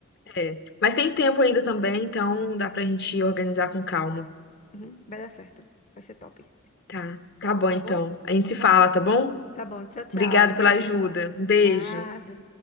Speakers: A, on the left; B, on the left.
A: É. Mas tem tempo ainda também, então dá pra gente organizar com calma.
B: Uhum, vai dar certo. Vai ser top.
A: Tá, tá bom
B: Tá
A: então.
B: bom?
A: A gente se fala, tá bom?
B: Tá bom. Tchau, tchau.
A: Obrigada
B: Beijo.
A: pela ajuda. Um beijo.
B: Nada.